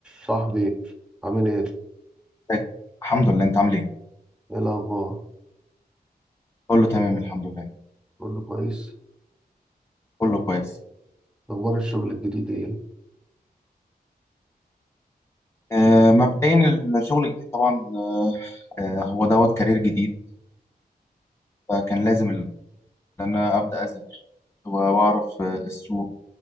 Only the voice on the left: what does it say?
ازيك؟ الحمد لله انت عامل ايه؟
كله تمام الحمد لله
كله كويس
آه مبدئيا الشغل الجديد طبعا آه هو دوت كارير جديد فكان لازم ان انا ابدا اذاكر واعرف آه، السوق